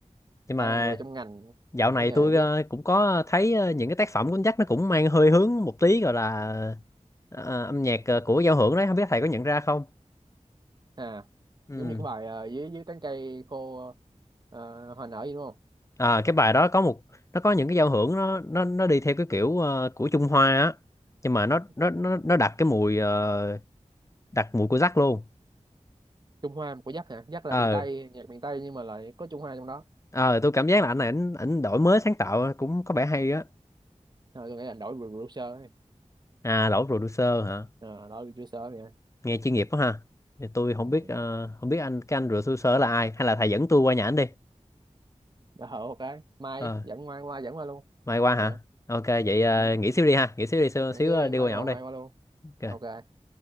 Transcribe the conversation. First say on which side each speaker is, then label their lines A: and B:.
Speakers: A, on the left; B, on the right.
A: Nhưng
B: phải
A: mà
B: là người trong ngành
A: dạo
B: mới
A: này
B: nghề
A: tôi
B: biết
A: ờ, cũng có thấy ờ, những cái tác phẩm của anh Jack nó cũng mang hơi hướng một tí gọi là ờ, âm nhạc ờ, của giao hưởng đấy, không biết thầy có nhận ra không?
B: à
A: Ừ.
B: giống như cái bài ờ, dưới dưới tán cây cô ờ, hoa nở gì đúng không
A: À, cái bài đó có một nó có những cái giao hưởng nó nó nó đi theo cái kiểu ờ, của Trung Hoa á nhưng mà nó
B: Ừ.
A: nó nó nó đặt cái mùi ờ, đặt mùi của Jack luôn
B: Trung Hoa của Dắt hả Dắt là
A: ờ
B: miền Tây nhạc miền Tây nhưng mà lại có Trung Hoa trong đó
A: ờ tôi cảm giác là anh này ảnh ảnh đổi mới sáng tạo cũng có vẻ hay á
B: à, tôi nghĩ là đổi producer ấy.
A: à đổi producer hả
B: à, đổi producer vậy
A: nghe chuyên nghiệp quá ha Thì tôi không
B: ừ.
A: biết ờ, không biết anh cái anh producer là ai hay là thầy dẫn tôi qua nhà ảnh đi
B: Dạ hậu một cái mai
A: ờ
B: dẫn mai qua dẫn qua luôn
A: mai qua hả
B: Hả?
A: ok vậy ờ,
B: ừ.
A: nghỉ xíu đi ha nghỉ xíu đi xíu,
B: Vậy
A: xíu
B: thế
A: ờ,
B: đây
A: đi
B: mai
A: qua
B: qua
A: nhà ổng đi
B: mai qua luôn
A: Ok.
B: ok